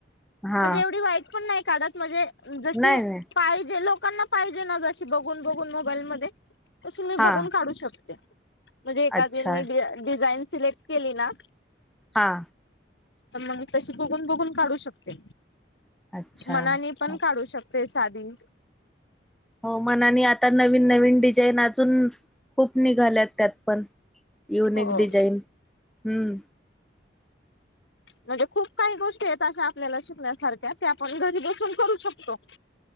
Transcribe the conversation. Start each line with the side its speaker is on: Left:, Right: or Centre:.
Centre: हा
Left: म्हणजे एवढी वाईट पण नाही काढत म्हणजे जशी
Centre: नाही नाही
Left: पाहिजे लोकांना पाहिजे ना जशी बघून बघून मोबाईल मध्ये तस मी
Centre: हा
Left: बघून काढू शकते म्हणजे एखादी
Centre: अच्छा
Left: मी डिझाईन सिलेक्ट केली ना
Centre: हां
Left: तर मग तशी बघून बघून काढू शकते
Centre: अच्छा
Left: मनानी पण
Centre: हा
Left: काढू शकते साधी
Centre: हो मनाने आता नवीन नवीन डिझाईन अजून खूप निघाल्यात त्यात पण युनिक
Left: हो
Centre: डिझाईन हम्म
Left: म्हणजे खूप काही गोष्टी आहेत अशा आपल्याला शिकण्यासारख्या ते आपण घरी बसून करू शकतो.